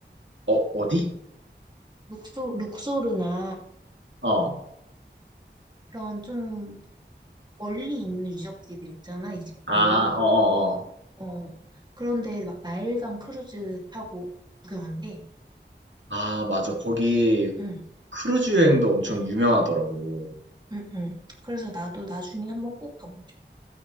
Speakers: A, on the right; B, on the right.
A: 어, 어디?
B: 룩소, 룩소르나
A: 어.
B: 그런 좀 멀리 있는 유적지들 있잖아, 이집트에.
A: 아, 어, 어, 어.
B: 어, 그런데 막 나일강 크루즈 타고 구경한대.
A: 아, 맞아. 거기
B: 응,
A: 크루즈 여행도 엄청 유명하더라고.
B: 응, 응. 그래서 나도 나중에 한번 꼭 가보고 싶어.